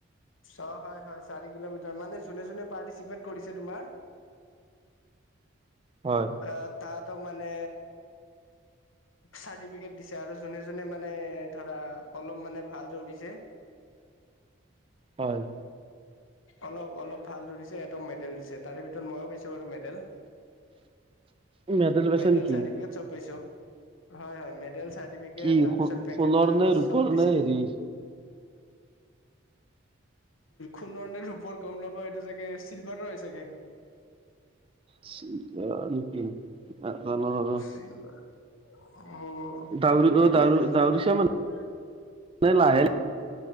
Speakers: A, on the left; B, on the right.
A: অ হয় হয় চাৰি কিলোমিটাৰ মানে যোনে যোনে পাৰ্টিচিপেট কৰিছে তোমাৰ
B: হয়
A: অ তাহাঁতক মানে চাৰ্টিফিকেট দিছে আৰু যোনে যোনে মানে ধৰা অলপ মানে ভাল দৌৰিছে
B: হয়
A: অলপ অলপ ভাল দৌৰিছে সেঁতক মেডেল দিছে তাৰে ভিতৰত মইয়ো পাইছো বাৰু মেডেল
B: <inaudible> পাইছে
A: মেডেল
B: নেকি
A: চাৰ্টিফিকেট চব পাইছো হয় হয় চাৰ্টিফিকেট
B: কি
A: তাৰপিছত পেকেট
B: সোণৰ
A: লাঞ্চ
B: নে ৰূপৰ
A: চব দিছে
B: নে হেৰি
A: সোণৰনে ৰূপৰ গম নাপাওঁ এইটো চাগে চিলভাৰ হয় চাগে
B: চিলভাৰ নে কি নাজানো আৰু
A: চিলভাৰ উম
B: ডাউৰি অ
A: এই
B: ডাউৰি
A: মেডেল
B: ডাউৰিচা
A: যে পালো আৰু
B: মানে লাহে
A: অ